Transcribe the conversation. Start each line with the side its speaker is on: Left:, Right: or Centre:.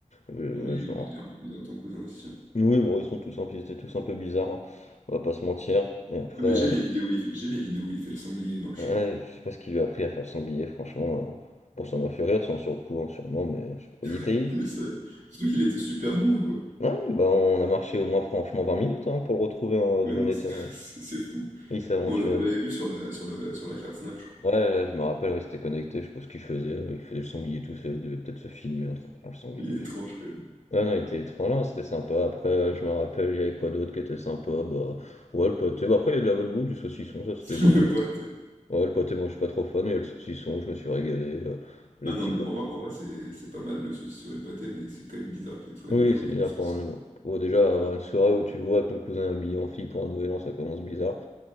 Left: heu,
Right: Non mais il
Left: je
Right: est,
Left: me
Right: il
Left: ran
Right: est un peu bizarre ton cousin aussi. hein.
Left: oui, bon, ils sont tous un peu ils étaient tous un peu bizarres, hein, on va pas se mentir et après,
Right: Ah, mais
Left: heu,
Right: j'ai les vidéos où il fait, j'ai les vidéos où il fait le sanglier dans le champ.
Left: ouais, je sais pas ce qu'il lui a appris à faire le sanglier franchement, heu, bon, ça m'a fait rire, sans sur le coup, hein, sûrement, mais je sais pas, il était
Right: <laughs> Mais ça, surtout qu'il était super loin quoi.
Left: Ah ouais, bah, on a marché au moins franchement 20 minutes, hein, pour le retrouver, hein,
Right: Mais
Left: d'où
Right: non,
Left: on était,
Right: c'est <laughs>
Left: ouais.
Right: c'est- c'est fou.
Left: Il s'aventurait
Right: Mais on l'a- on l'avait
Left: bien.
Right: vu sur la, sur la, la- sur la carte Snap, je crois.
Left: Ouais, ouais, je me rappelle, ouais, il s'était connecté, je sais pas ce qu'il faisait, heu, il faisait le sanglier tout seul, il devait peut-être se filmer en train de faire le sanglier,
Right: Il est étrange
Left: je sais pas.
Right: quand même.
Left: Ouais, non, il était étrange, hein, c'était sympa. Après, heu, je me rappelle, il y avait quoi d'autre qui était sympa? Bah, ouais, le pâté, bah, après il y a de la bonne bouffe, du saucisson, ça c'était
Right: <laughs>
Left: bon.
Right: Le pâté.
Left: Ouais, le pâté, moi, je suis pas trop fan, mais il y a le saucisson, je me suis régalé, heu, les
Right: Ah non
Left: petits
Right: mais
Left: co
Right: en vrai, en vrai c'est c'est pas mal le saucisson et le pâté, mais c'est quand même bizarre qu'il y ait une soirée
Left: oui,
Right: de Nouvel
Left: c'est
Right: An, il y
Left: bizarre
Right: ait du saucisson.
Left: pour un nouveau
Right: et du-
Left: ouais, déjà, avoir une soirée où tu vois que ton cousin est habillé en fille pour un nouvel an, ça commence bizarre.